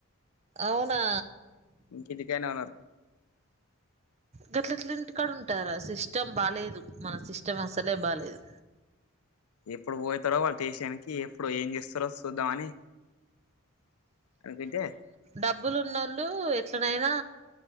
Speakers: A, on the right; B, on the left.
A: అవునా
B: ఇంకెందుకైనా ఉన్నారు
A: గట్లట్ల ఇంటికాడుంటారా సిస్టమ్ బాలేదు మన సిస్టం అసలే బాలేదు.
B: ఎప్పుడు పోయతారో వాళ్ళ దేశానికి ఎప్పుడు ఏం చేస్తారో స్ సూద్ధమని అది తింటే
A: డబ్బులున్నోళ్ళు ఎట్లనైనా